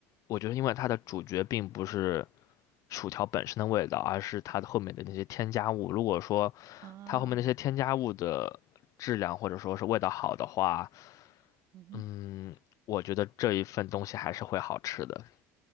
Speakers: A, on the left (about 55°); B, on the right (about 50°).
A: 我觉得因为它的主角并不是薯条本身的味道，而是它的后面的那些添加物。如果说
B: 啊，
A: 它后面那些添加物的质量或者说是味道好的话，
B: 嗯哼，
A: 嗯，我觉得这一份东西还是会好吃的。